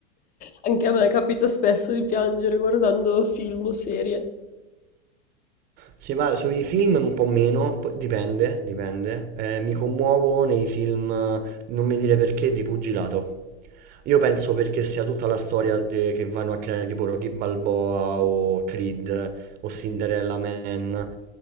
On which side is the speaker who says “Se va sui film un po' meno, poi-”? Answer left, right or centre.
Right